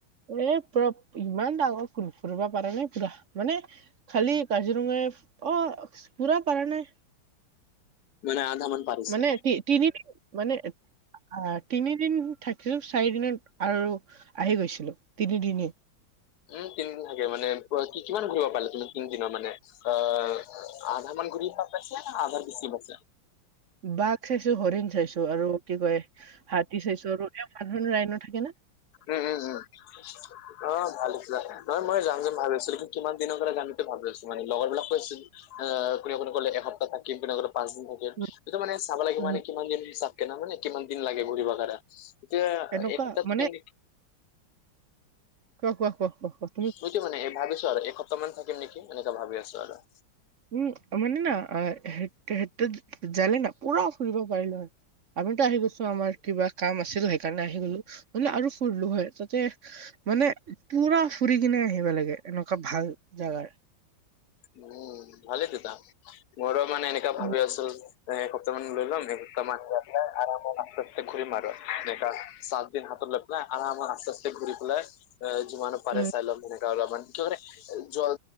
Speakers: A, on the right; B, on the left.
A: এ, পুৰা ইমান ডাঙৰ ফোৰিব পাৰা নাই পুৰা মানে খালি কাজিৰংগায়ে অ' পুৰা নাই।
B: মানে আধা মান। পাৰিছে।
A: মানে তি তিনি মানে। অ'তিনিদিন থাকছিলো চাৰি দিনত আৰু আহি গৈছিলো তিনিদিনে।
B: উম, তিনি দিন থাকে মানে পুৰা কিমান ঘুৰিব পালা তুমি তিনদিনৰ মানে অ'। আধা মান ঘুৰি পছে নে আধাৰ বেচি পাইছা।
A: বাঘ চাইছো, হৰিণ চাইছো আৰু কি কয় হাতী চাইছো আৰু। ইয়াত ওৱান হৰ্ণ ৰাইন' থাকে নে?
B: উম-উম-উম। অ ভাল লাগে, অ মই যাম যে ভাল হৈছে লেকিন কিমান দিনৰ লে গাণটো ভাল হৈছে মানে লগৰ বিলাক কৈছিল। অ কোনে-কোনে কলে এসপ্তাহ থাকিম, কোনে কোনে পাঁচ দিন থাকি।
A: উম
B: এইটো মানে চাব লাগিব
A: উম
B: নে' কিমান দিন চা কেনা কিমান দিন লাগি। ঘূৰিব কাৰা এতিয়া
A: এনেকুৱা
B: এসপ্তটা
A: মানে
B: থাকিম নে কি?
A: হোৱা-হোৱা-হোৱা-হোৱা-হো
B: কৈছোঁ মানে এই ভাবিছো আৰু এসপ্তাহমান থাকম নেকি এনেকা ভাবি আছো আৰু।
A: উম, মানে না সেই জালে না পুৰা ফুৰিব পাৰিলো আৰু। আমিতো আহি গৈছো আমাৰ কিবা কাম আছিল সেইকাৰণে আহি গলো নলে আৰু ফুুৰিলো হয় তাতে মানে পুৰা ফুৰি কেনে আহিব লাগে এনেকুৱা ভাল জেগাৰ।
B: উম, ভালেই দেতা মোৰো মানে এনেকা
A: উম,
B: ভাবি আছো। এসপ্তাহ মান লৈ লম এসপ্তাহ মান লৈপেলাই আৰামত আস্তে-আস্তে ঘূৰিম আৰু। এনেকা সাত দিন হাতত লৈপেলাই আৰামত আস্তে-আস্তে ঘূৰি পেলাই এ যিমানো পাৰে
A: উম,
B: চাইলক তেনেকা অলপ মান কিয় কাৰণে জল